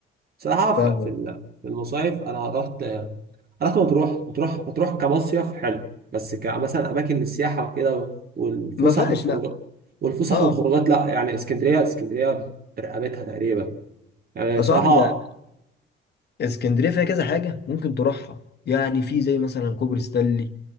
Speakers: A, on the right; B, on the left.
A: بصراحة
B: فاهمك
A: في في ال- في المصايف أنا رحت رحت مطروح مطروح مطروح كمصيف حلو بس كمثلا أماكن للسياحة وكده والفسح
B: ما فيهاش
A: والخروجات
B: لا
A: والفسح
B: اه
A: والخروجات لا يعني اسكندرية اسكندرية برقبتها تقريبا يعني
B: يا
A: صراحة
B: صاحبي ده اسكندرية فيها كذا حاجة ممكن تروحها يعني في زي مثلا كوبري ستانلي